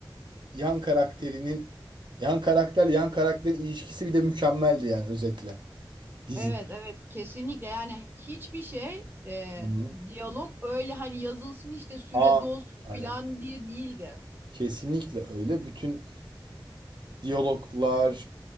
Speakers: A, on the right; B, on the right.
A: yan karakterinin yan karakter yan karakterin ilişkisi bir de mükemmeldi yani özetle. Dizi.
B: Evet evet kesinlikle yani hiçbir şey e,
A: Hı hı.
B: diyalog öyle hani yazılsın işte süre
A: Aa,
B: dolsun
A: aynen.
B: filan diye değildi.
A: Kesinlikle öyle. Bütün diyaloglar